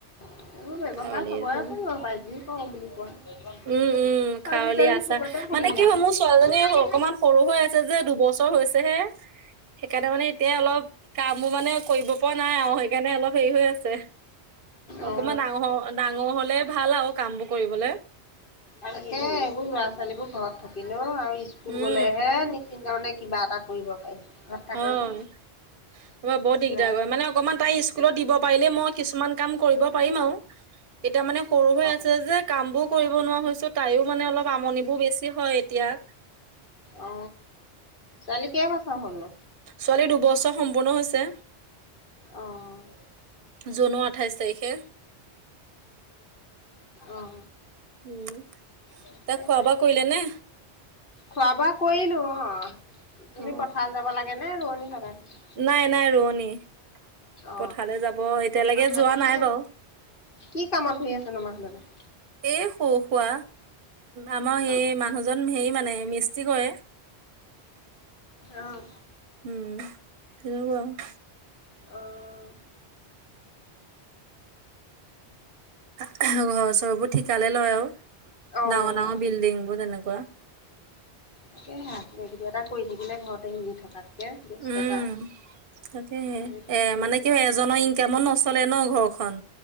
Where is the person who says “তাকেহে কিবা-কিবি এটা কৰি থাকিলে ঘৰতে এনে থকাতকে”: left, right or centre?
Left